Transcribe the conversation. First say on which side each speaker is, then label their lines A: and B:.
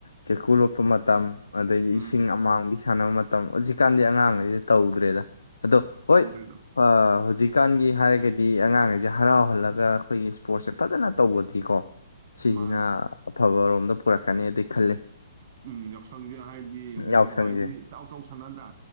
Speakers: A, on the left; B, on the right.
A: ꯀꯦꯀꯨ ꯂꯣꯞꯄ ꯃꯇꯝ ꯑꯗꯩ
B: ꯎꯝ
A: ꯏꯁꯤꯡ ꯑꯃꯥꯡꯕꯤ ꯁꯥꯟꯅꯕ ꯃꯇꯝ ꯍꯧꯖꯤꯛꯀꯥꯟꯗꯤ ꯑꯉꯥꯡꯈꯩꯗꯤ ꯇꯧꯗ꯭ꯔꯦꯗ ꯑꯗꯣ ꯍꯣꯏ
B: ꯇꯧꯗ꯭ꯔꯤꯗꯣ
A: ꯑ ꯍꯧꯖꯤꯛ ꯀꯥꯟꯒꯤ ꯍꯥꯏꯔꯒꯗꯤ ꯑꯉꯥꯡꯒꯩꯖꯦ ꯍꯔꯥꯎꯍꯜꯂꯒ ꯑꯩꯈꯣꯏꯒꯤ ꯁ꯭ꯄꯣꯔꯠꯁ ꯐꯖꯅ ꯇꯧꯕꯗꯤꯀꯣ꯫ ꯁꯤꯁꯤꯅ
B: ꯃꯥꯅꯦ
A: ꯑꯐꯕꯔꯣꯝ ꯑꯗꯥ ꯄꯨꯔꯛꯀꯅꯦ ꯗꯤ ꯈꯜꯂꯦ꯫
B: ꯎꯝ ꯌꯥꯎꯁꯪꯁꯦ ꯍꯥꯏꯗꯤ ꯍꯨꯖꯤꯛ
A: ꯌꯥꯎꯁꯪꯁꯦ
B: ꯍꯥꯏꯗꯤ ꯆꯥꯎ ꯆꯥꯎ ꯁꯥꯟꯅꯗ꯭ꯔꯥ